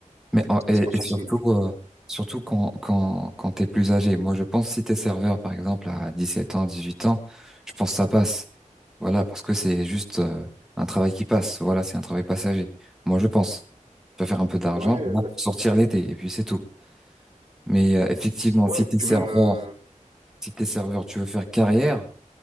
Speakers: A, in the centre; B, on the right.
A: Mais en- et,
B: c'est pas forcément.
A: et surtout, euh, surtout quand, quand, quand t'es plus âgé. Moi, je pense si t'es serveur, par exemple, à 17 ans, 18 ans, je pense que ça passe. Voilà, parce que c'est juste euh, un travail qui passe. Voilà, c'est un travail passager. Moi, je pense. Tu vas faire un peu d'argent
B: Ouais, ouais,
A: pour sortir l'été, et puis c'est tout. Mais euh, effectivement,
B: Ouais,
A: si t'es
B: puis
A: serveur,
B: même. euh,
A: si t'es serveur, tu veux faire carrière,